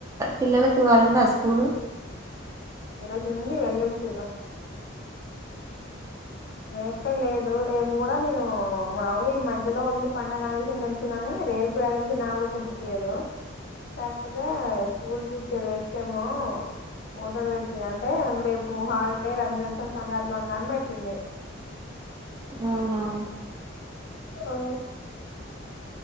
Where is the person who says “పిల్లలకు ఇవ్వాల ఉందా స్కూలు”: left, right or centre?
Right